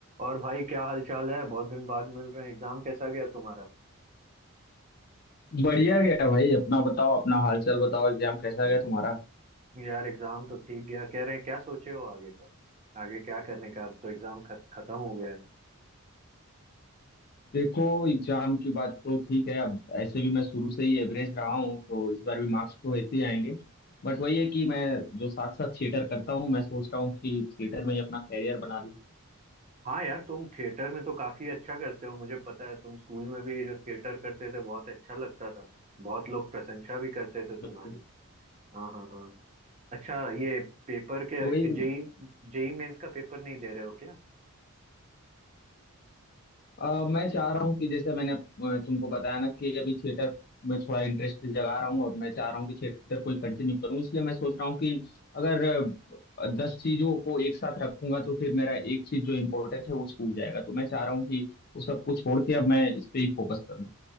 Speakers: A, on the right; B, on the left.
A: और भाई क्या हाल चाल है बहुत दिन बाद मिल रहे हैं एग्जाम कैसा गया तुम्हारा
B: बढ़िया गया भाई अपना बताओ अपना हालचाल बताओ एग्जाम कैसा गया तुम्हारा
A: यार एग्जाम तो ठीक गया कह रहे हैं क्या सोचे हो आगे का आगे क्या करने का अब तो एग्जाम खत, खत्म हो गया है
B: देखो एग्जाम की बात तो ठीक है अब ऐसे भी मैं शुरू से ही एवरेज रहा हूँ तो इस बार भी मार्क्स तो ऐसे ही आएंगे बट वही है कि मैं जो साथ साथ थिएटर करता हूँ मैं सोच रहा हूँ कि थिएटर में ही अपना करियर बना लूँ
A: हाँ यार तुम थिएटर में तो काफी अच्छा करते हो मुझे पता है तुम स्कूल में भी जो थिएटर करते थे बहुत अच्छा लगता था बहुत लोग प्रशंसा भी करते थे तुम्हारी
B: बिल्कुल
A: हाँ हाँ हाँ अच्छा ये पेपर के
B: तो वही
A: जेई जेई मेंस का पेपर नहीं दे रहे हो क्या
B: अ, मैं चाह रहा हूँ कि जैसे मैंने अ, तुमको बताया ना कि अभी थिएटर में थोड़ा इंटरेस्ट जगा रहा हूँ और मैं चाह रहा हूँ कि थिएटर को कंटिन्यू करूँ इसलिए मैं सोच रहा हूँ कि अगर अ, दस चीजों को एक साथ रखूंगा तो फिर मेरा एक चीज जो इम्पोर्टेंट है वो छूट जाएगा तो मैं चाह रहा हूँ कि वो सब कुछ छोड़ के अब मैं इस पे ही फोकस करूँ